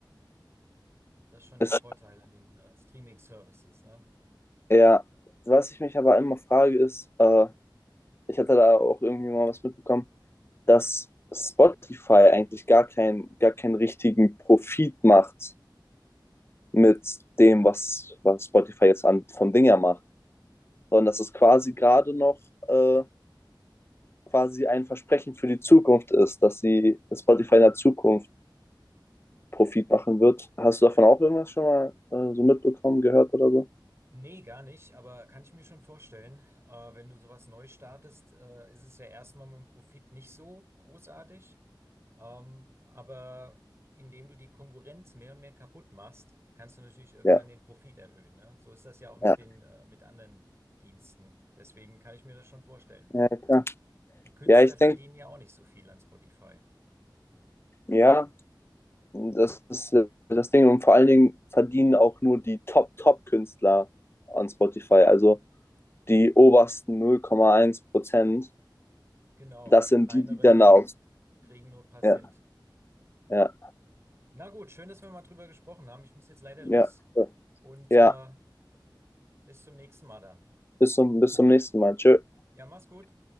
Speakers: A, on the right (about 35°); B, on the left (about 30°).
A: Das ist schon
B: Es,
A: der Vorteil an den äh, Streaming-Services, ne?
B: ja, was ich mich aber immer frage ist, äh, ich hatte da auch irgendwie mal was mitbekommen, dass Spotify eigentlich gar, kein, gar keinen richtigen Profit macht mit dem, was, was Spotify jetzt an, von Dinger macht, sondern dass es quasi gerade noch äh, quasi ein Versprechen für die Zukunft ist, dass sie dass Spotify in der Zukunft Profit machen wird. Hast du davon auch irgendwas schon mal äh, so mitbekommen, gehört oder so?
A: Nee, gar nicht, aber kann ich mir schon vorstellen, äh, wenn du sowas neu startest, äh, ist es ja erstmal mit dem Profit nicht so großartig. Ähm, aber indem du die Konkurrenz mehr und mehr kaputt machst, kannst du natürlich irgendwann
B: Ja,
A: den Profit erhöhen, ne? So ist das ja auch mit
B: ja,
A: den, äh, mit anderen Diensten. Deswegen kann ich mir das schon vorstellen.
B: ja, klar.
A: Die Künstler
B: Ja, ich
A: verdienen
B: denke,
A: ja auch nicht so viel an Spotify.
B: ja, das ist äh, das Ding. Und vor allen Dingen verdienen auch nur die Top-Top-Künstler an Spotify, also die obersten 0,1 Prozent.
A: Genau,
B: Das
A: die
B: sind
A: kleineren,
B: die, die dann
A: die
B: aus.
A: kriegen nur ein paar Cent.
B: Ja, ja.
A: Na gut, schön, dass wir mal drüber gesprochen haben. Ich muss jetzt leider los
B: Ja,
A: und
B: ja.
A: äh, Bis zum nächsten Mal dann.
B: Bis zum, bis zum nächsten Mal. Tschö.
A: Ja, mach's gut.